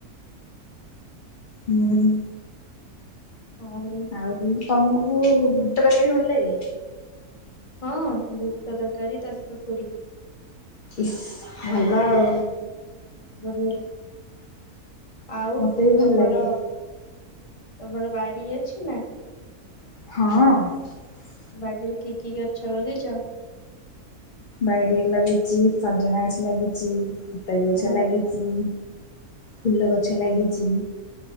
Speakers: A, on the left (about 65°); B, on the left (about 30°).
A: ହୁଁ ହୁଁ
B: ଆଉ
A: ଆଉ ତମକୁ ବୁଟ ତରକାରୀ ଭଲ ଲାଗେ।
B: ହଁଁ ବୁଟ ତରକାରୀ ତା ସହିତ ପୁରୀ
A: ଇସ୍ ଭଲ ଆଉ
B: ବଡିିଆ ଆଉ
A: ମତେ ବି
B: ତମର
A: ଭଲ ଲାଗେ
B: ତମର ବାରି ଅଛି ନା
A: ହଁ
B: ବାଡ଼ିରେ କି କି ଗଛ ଲଗେଇଛ?
A: ବାଡ଼ିରେ ଲଗେଇଛି ସଜନା ଗଛ ଲାଗିଛି ହତାରୀ ଗଛ
B: ହଁ
A: ଲାଗିଛି। ଫୁଲ ଗଛ ଲାଗିଛି।